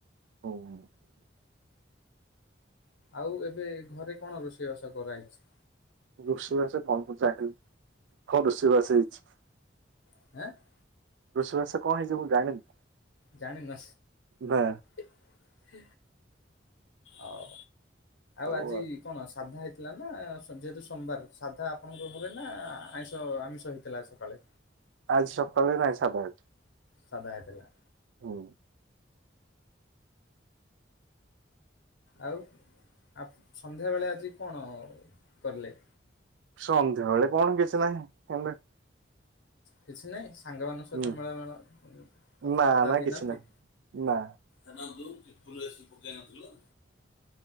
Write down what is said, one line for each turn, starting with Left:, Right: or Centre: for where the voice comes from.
Right: <inaudible>
Left: ଆଉ ଏବେ ଘରେ କଣ ରୋଷେଇବାସ କରାହୋଇଛି?
Right: <unintelligible>
Left: <inaudible>
Right: ରୁଷୋଇଵାସ କଣ ହେଇଛି ମୁ ଜାଣିନି।
Left: ଜାଣିିନ?
Right: ନା
Left: <inaudible> ଆଉ
Right: ହଉ
Left: ଆଜି
Right: ଆଉ
Left: କଣ ସାଧା ହେଇଥିଲା ନା ଯେହେତୁ ସୋମବାର ସାଧା ଆପଣଙ୍କ ଘରେ ନା ଆଇଁଷ ଆମିଷ ହେଇଥିଲା। ଥିଲା ସକାଳେ।
Right: ଆଜି ସକାଳେ ନାଇଁ ସାଧା <inaudible>
Left: ସାଦା ହେଇଥିଲା।
Right: ହଁ।
Left: ଆଉ ଆ, ସନ୍ଧ୍ୟାବେଳେ ଆଜି କଣ କଲେ?
Right: ସନ୍ଧ୍ୟାବେଳେ କଣ କିଛି ନାହିଁ ସେମିତି।
Left: କିଛି ନାଇଁ। ସାଙ୍ଗମାନଙ୍କ ସହିତ
Right: ହୁଁ
Left: ମେଳ ମେଳ ଉଁ, କଥାବାର୍ତ୍ତା
Right: ନା ନା
Left: ହେଇନାହାନ୍ତି?
Right: କିଛି ନାହିଁ। ନା
Left: <inaudible> ଏସି ପକେଇ ନଥିଲ?